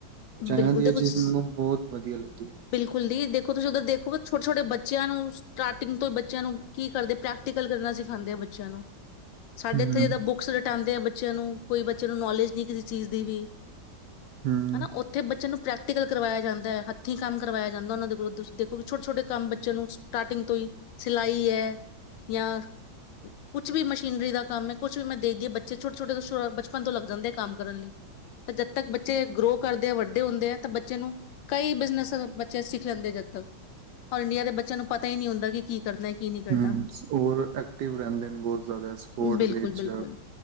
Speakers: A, on the right; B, on the left.
A: ਚਾਈਨਾ
B: ਬਿਲਕੁਲ
A: ਦੀ
B: ਦੇਖੋ
A: ਇਹ ਚੀਜ਼
B: ਸ-
A: ਮੈਨੂੰ ਬਹੁਤ ਵਧੀਆ ਵਦੀਆ ਲੱਗਦੀ ਹੈ
B: <inaudible> ਤੁਸੀਂ ਉਧਰ ਦੇਖੋ ਛੋਟੇ ਛਟੇ ਬੱਚੇ ਤੁਹਾਨੂੰ ਸਟਾਰਟਿੰਗ ਤੋਂ ਬੱਚਿਆਂ ਨੂੰ ਕੀ ਕਰਦੇ ਪ੍ਰੈਕਟੀਕਲ ਕਰਨਾ ਸਿਖਾਉਂਦੇ ਆ ਬੱਚਿਆਂ ਨੂੰ ਸਾਡੇ
A: ਹੂੰ
B: ਇੱਥ ਜਿੱਦਾਂ ਬੁਕਸ ਪੜ੍ਹਾਉਂਦੇ ਆ ਬੱਚਿਆਂ ਨੂੰ ਕੋਈ ਬੱਚਿਆਂ ਨੂੰ ਨੌਲੇਜ ਨਹੀਂ ਕਿਸੇ ਚੀਜ਼ ਦੀ ਵੀ
A: ਹੂੰ
B: ਹਨਾ ਉੱਥੇ ਬੱਚੇ ਨੂੰ ਪ੍ਰੈਕ <inaudible> ਕਰਵਾਆ ਜਾਂਦਾ ਹੈ ਇੱਥੇ ਕੰਮ ਕਰਵਾਇਆ ਜਾਂਦਾ ਉਹਨਾਂ ਦੇ ਕੋਲੋਂ ਤੁਸੀਂ ਦੇਖੋ ਕਿ ਛੋਟੇ ਛੋਟੇ ਕੰਮ ਬੱਚਿਆਂ ਨੂੰ ਸਟਾਰਟਿੰਗ ਤੋਂ ਹੀ ਸਿਲਾਈ ਹੈ ਜਾਂ ਕੁਛ ਵੀ ਮਸ਼ੀਨਰੀ ਦਾ ਕੰਮ ਹੈ ਕੁਛ ਵੀ ਮੈਂ ਦੇਖਦੀ ਆ ਬੱਚੇ ਛੋਟੇ ਛੋਟੇ ਤੋਂ ਬਚਪਨ ਤੋਂ ਲੱਗ ਜਾਂਦੇ ਆ ਕੰਮ ਕਰਨ ਲਈ ਤਾਂ ਜਦ ਤੱਕ ਬੱਚੇ ਗਰੋ ਕਰਦੇ ਆ ਵੱਡੇ ਹੁੰਦੇ ਆ ਤਾਂ ਬੱਚੇ ਨੂੰ ਕਈ ਬਿਜ਼ਨਸ ਬੱਚੇ ਸਿੱਖ ਲੈਂਦੇ ਜਦ ਤੱਕ
A: <inaudible>
B: ਔਰ ਇੰਡੀਆ ਦੇ ਬੱਚਿਆਂ ਨੂੰ ਪਤਾ ਹੀ ਨਹੀਂ ਹੁੰਦਾ ਕਿ ਕੀ ਕਰਨਾ ਕੀ ਨਹੀਂ ਕਰਨਾ
A: ਹਮ ਹੋਰ ਐਕਟਿਵ ਰਹਿੰਦੇ ਨੇ ਬਹੁਤ ਜ਼ਿਆਦਾ ਸਪੋਰਟ
B: ਬਿਲਕੁਲ
A: ਵਿੱਚ
B: ਬਿਲਕੁਲ
A: ਅ